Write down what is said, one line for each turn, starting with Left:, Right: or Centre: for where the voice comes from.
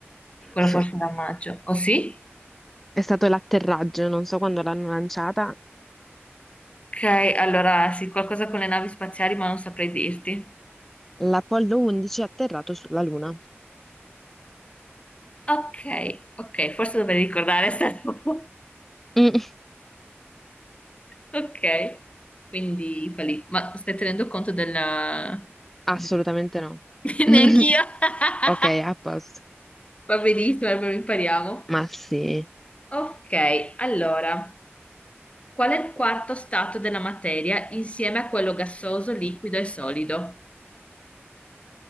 Left: Quello
Centre: sì.
Left: forse era a maggio. O sì?
Centre: È stato l'atterraggio, non so quando l'hanno lanciata.
Left: Ok, allora sì, qualcosa con le navi spaziali, ma non saprei dirti.
Centre: L'Apollo 11 è atterrato sulla Luna.
Left: Ok, ok, forse dovrei ricordare <laughs> sta roba.
Centre: Mm,
Left: Ok, quindi fa lì. Ma stai tenendo conto della...
Centre: assolutamente
Left: de-
Centre: no.
Left: <laughs>
Centre: <laughs>
Left: Neanch'io. <laughs>
Centre: Ok, a posto.
Left: Va benissimo, allora impariamo.
Centre: Ma sì,
Left: Ok, allora, qual è il quarto stato della materia insieme a quello gassoso, liquido e solido?